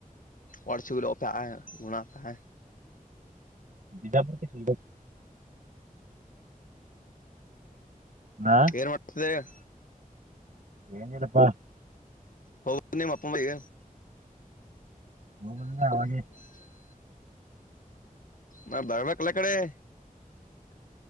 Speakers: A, on the left (about 65°); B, on the right (about 60°).
A: ಒ ಚಿಕರಪ್ಪ ಗಣತ <inaudible>
B: ಬಿಜಾ ಬಕ್ಕೆ ಸಗ <inaudible> ನಾ
A: ಏನ್ ಮಾಡ್ತಿದೆ <inaudible>
B: ಏಂಗಡಪ್ಪಾ <inaudible>
A: ಹೌ ನೀ ಮಾಪ ಬೈಗೆ <inaudible>
B: ಹೋಗಂದ್ರ
A: ನ್ ಶೆಪ್ಪ
B: ಅವಾಗೆ
A: ನ್ಶೆ <inaudible> ನಾ ಬರ್ಬೇಕಕ್ಲ್ಲ ಕಡೆ <inaudible>